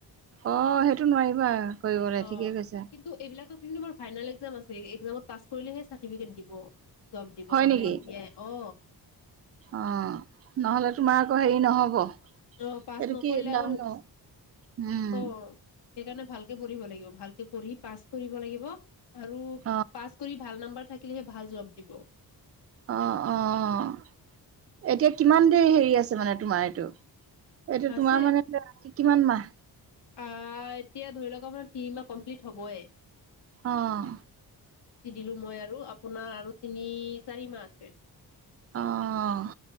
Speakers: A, on the right; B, on the left.
A: অ সেইটো নোৱাৰিবা। কৰিবলৈ
B: অ
A: ঠিকে কৈছা
B: কিন্তু এইবিলাক কিন্তু আমাৰ ফাইনেল একজাম আছে। একজামত পাছ কৰিলেহে চাৰ্টিফিকেট দিব। জব দিব
A: হয়
B: নহ'লে
A: নেকি?
B: নিদিয়ে অ।
A: অ নহ'লে তোমাৰ আকৌ হেৰি নহ'ব।
B: অহ পাছ
A: এইটো
B: নকৰিলে
A: কি লাভ
B: আৰু
A: নহ'ব উম।
B: অহ সেইকাৰণে ভালকে পঢ়িব লাগিব ভালকে পঢ়ি পাছ কৰিব লাগিব। আৰু
A: অ'
B: পাছ কৰিব ভাল নম্বৰ থাকিলেহে ভাল জব দিব।
A: অ', অ', এতিয়া কিমান দেৰি হেৰি আছে মানে তোমাৰ এইটো এইটো
B: আছে
A: তোমাৰ মানে এতিয়া কিমান মাহ।
B: আহ এতিয়া ধৰি লওক আপোনাৰ তিনি মাহ কমপ্লিট হ'বই।
A: আহ।
B: দিলো মই আৰু আপোনাৰ আৰু তিনি চাৰি মাহ আছে।
A: অহ।